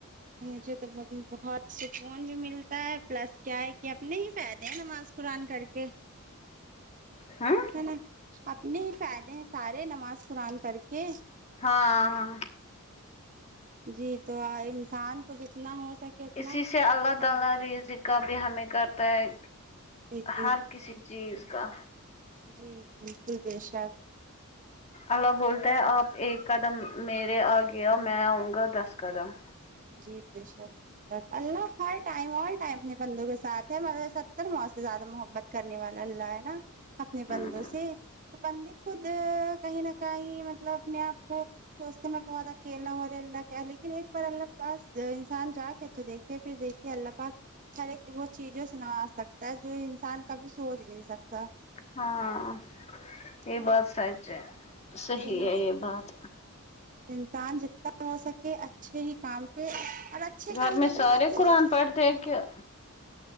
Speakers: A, on the right (about 35°); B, on the left (about 30°).
A: مجھے تو بہت سکون بھی ملتا ہے پلس کیا ہے کہ اپنے ہی فائدے ہیں نماز قران کر کے
B: ہاں
A: ہے نا اپنے ہی فائدے ہیں سارے نماز قرآان کر کے
B: ہاں ہاں
A: جی تو انسان کو جتنا ہو سکے اتنا
B: اسی سے اللہ
A: نمو
B: تعالی رض کا بھی ہمیں کرتا ہے
A: جی جی
B: ہر کسی چیز کا
A: جی بالکل بے شک
B: اللہ بولتا ہے آپ ایک قدم میرے آ گیا میں آؤں گا دس قدم
A: جی بے شر بے شکر اللہ ہر ٹائم ٹائم اپنے بندوں کے ساتھ ہے م س ار موت سے زیادہ محبت کرنے والا اللہ ہے نا اپنے بندوں
B: ہوں
A: سے بندے خود کہیں نہ کہیں مطلب اپنے آپ کو سوچتے میں بہت اکیلا ہوں اورے اللہ کیا لیکن ایک بار اللہ پاس انسان جا کے تو دیکھے پھر دیکھیے اللہ پاک ہر ایک وہ چیزیں سنو سکتا ہے جو انسان کا بھی سوچ بھی نہیں سکتا
B: ہاں
A: ہے
B: یہ بات سچ ہے
A: نا
B: صحیح ہے یہ بات
A: انسان جتنا ہو سکے اچھے ہی کام پہ اور اچھے
B: گھر
A: کام
B: میں
A: جب بھی
B: سارے
A: ہوتے
B: قرآن
A: ہیں
B: پڑھتے ہیں کیا